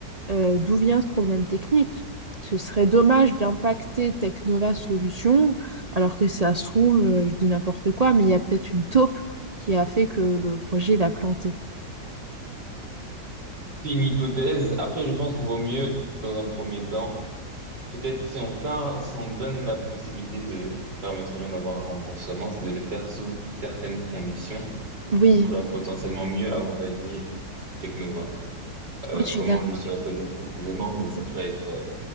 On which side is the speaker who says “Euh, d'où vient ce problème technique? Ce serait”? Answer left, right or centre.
Right